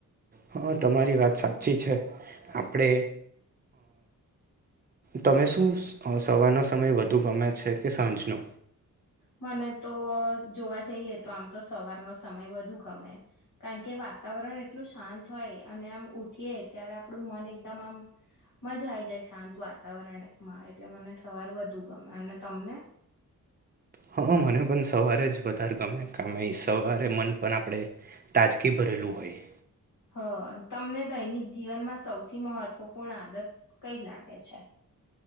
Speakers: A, on the right (about 30°); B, on the left (about 65°).
A: હા તમારી વાત સાચી છે આપણે તમે શું સવારનો સમય વધુ ગમે છે કે સાંજનો
B: મને તો જોવા જઈએ તો આમ તો સવારનો સમય વધુ ગમે કારણ કે વાતાવરણ એટલું શાંત હોય અને આમ ઉઠીએ ત્યારે આપણું મન એકદમ આમ મજા આઈ જાય શાંત વાતાવરણમાં એટલે મને સવાર વધુ ગમે અને તમને
A: હા મને પણ સવારે જ વધારે ગમે કમે સવારે મન પણ આપણે તાજગી ભરેલું હોય
B: હ તમને દૈનિક જીવનમાં સૌથી મહત્વપૂર્ણ આદત કઈ લાગે છે